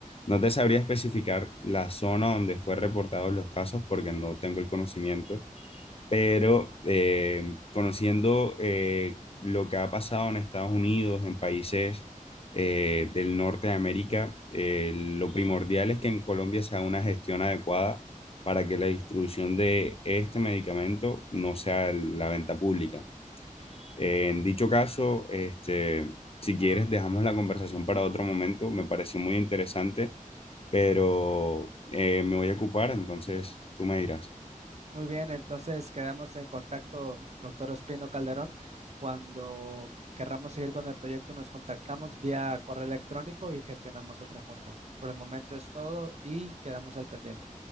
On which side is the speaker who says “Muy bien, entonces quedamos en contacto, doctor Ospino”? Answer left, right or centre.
Right